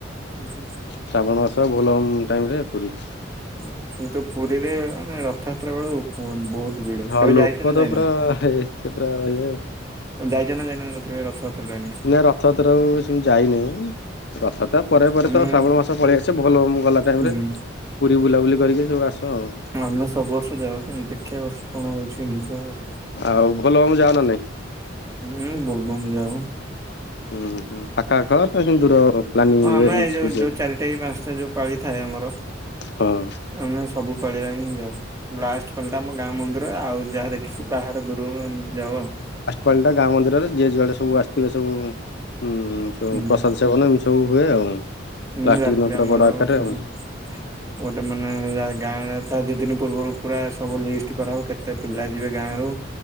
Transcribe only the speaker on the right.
ଉଁ ହୁଁ।
ହୁଁ କିନ୍ତୁ ପୁରୀରେ ମାନେ ରଥଯାତ୍ରା ବେଳୁ ଉପ ବହୁତ ଭିଡ
କେବେ
ଯାଇଛ ନା
ଯାଇନ?
ଯାଇଚ ନା ଯାଇନ କେବେ ରଥଯାତ୍ରା ଟାଇମ ରେ?
ଆମେ
ହୁଁ
ଆମେ ସବୁ ବର୍ଷ ଯାଉ କିନ୍ତୁ ଦେଖିବା ଏ ବର୍ଷ କଣ ହଉଚି କେମିତି କଣ।
ହୁଁ ବୋଲବମ୍ ଯାଉ।
ହଁ ଆମେ
ଏଇ ଯୋଉ
ଯୋଉ ଚାରିଟା କି ପାଞ୍ଚଟା ଯୋଉ ପାଳି ଥାଏ ଆମର
ଆମେ ସବୁ ପାଳିଆ ହିଁ ଯାଉ। ଲାଷ୍ଟ ପାଳି ଟା ଆମ ଗାଁ ମନ୍ଦିର ରେ ଆଉ ଯାହା ଦେଖ କି ବାହାରେ ଦୂରରୁ ଏମିତି ଯାଉ ଆଉ।
ହୁଁ।
ହୁଁ
ରାତିରେ
ଆମର
ସବୁ
ଗୋଟେ ମାନେ ଗାଁ ରେ ତା ଦି ଦିନ ପୂର୍ବରୁ ପୁରା ସବୁ ଲିଷ୍ଟ କରାହବ କେତେ ପିଲା ଯିବେ ଗାଁରୁ।